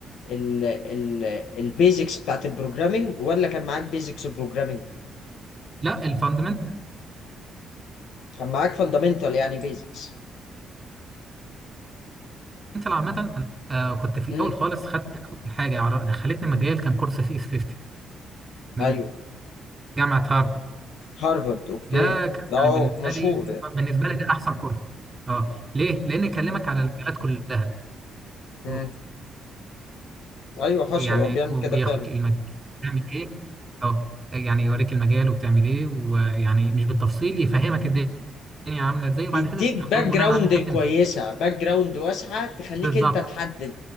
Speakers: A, on the left; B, on the right.
A: ال ال البيزكس بتاعت البروجرامينج ولا كان معاك بيزكس بروجرامينج
B: لا الفاندمنتال
A: كان معاك فاندامنتال يعني بيزكس
B: عامه انا آه، كنت في
A: امم
B: الاول خالص خدت اول حاجه عر- دخلتني مجال كان كورس سي اس 50 من
A: ايوه
B: جامعه هارفارد
A: هارفارد اوكي
B: ده كان
A: ده
B: يعني
A: هو
B: بالنسبه
A: مشهور
B: لي
A: يعني
B: بالنسبه لي ده احسن كورس اه ليه؟ لان يكلمك على المجالات كلها
A: امم
B: و-
A: ايوه حصل
B: ويعني
A: هو بيعمل
B: وبياخدك
A: كده فعلا
B: المجال بتعمل ايه اه يعني يوريك المجال وبتعمل ايه ويعني مش بالتفصيل يفهمك الدنيا عامله ازاي وبعد
A: يديك
B: كده انت بتختار
A: باك
B: بناء
A: جراوند
B: على اللي انت فهمته
A: كويسة باك جراوند واسعة تخليك
B: بالظبط
A: انت تحدد